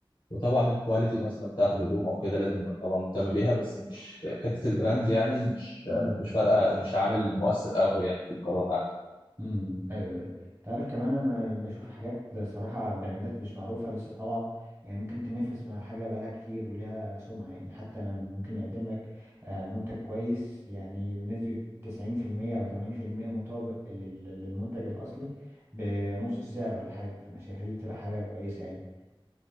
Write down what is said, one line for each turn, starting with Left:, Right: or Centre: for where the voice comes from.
Left: وطبعا الكواليتي مثلا بتاعت الهدوم او كده لازم طبعا مهتم بيها بس مش حته البراند يعني مش
Right: دي
Left: مش فارقه مش عامل مؤثر قوي يعني في القرارات عندي
Right: امم ايوه ايوه تعرف كمان انا بشوف حاجات صراحه براندات مش معروفه لسه طالعه يعني ممكن تنافس مع حاجه بقالها كتير ولها سمعه يعني حتى ممكن يقدم لك آه، منتج كويس يعني بنسبه 90% او 80% مطابق لل- للمنتج الاصلي بنص السعر ولا حاجه فانا شايفها دي بتبقى حاجه كويسه يعني